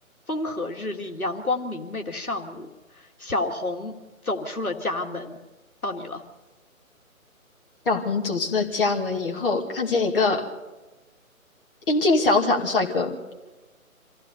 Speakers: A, on the left (about 85°); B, on the left (about 40°).
A: 风和日丽、阳光明媚的上午，小红走出了家门，到你了。
B: 小红走出了家门以后，看见一个英俊潇洒的帅哥，